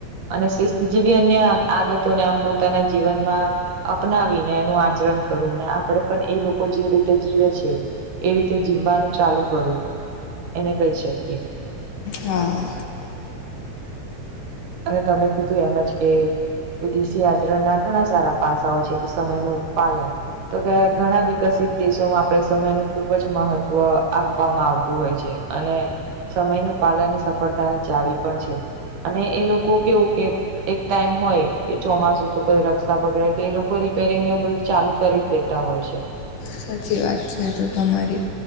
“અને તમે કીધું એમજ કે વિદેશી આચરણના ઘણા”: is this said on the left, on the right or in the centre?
Right